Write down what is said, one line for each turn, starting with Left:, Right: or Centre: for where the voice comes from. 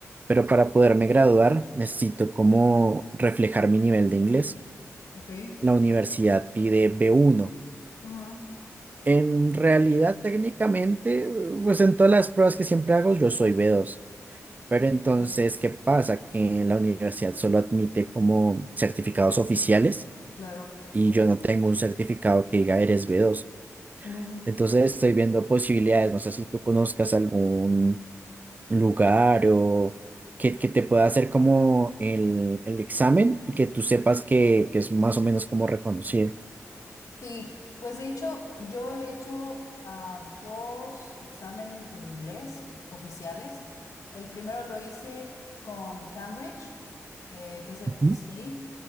Right: pero para poderme graduar necesito como reflejar mi nivel de inglés.
Left: ok.
Right: La universidad pide B1.
Left: Ajá,
Right: En realidad, técnicamente, pues en todas las pruebas que siempre hago, yo soy B2. Pero entonces,
Left: ah,
Right: ¿qué pasa? Que la universidad solo admite como certificados oficiales
Left: claro.
Right: y yo no tengo un certificado que diga eres B2.
Left: Ujú.
Right: Entonces estoy viendo posibilidades, no sé si tú conozcas algún lugar o que, que te pueda hacer como el, el examen y que tú sepas que, que es más o menos como reconocido.
Left: Sí, pues de hecho, yo he hecho ah, dos exámenes de inglés oficiales. El primero lo hice con Cambridge, eh, que es el
Right: Ujú.
Left: FCE,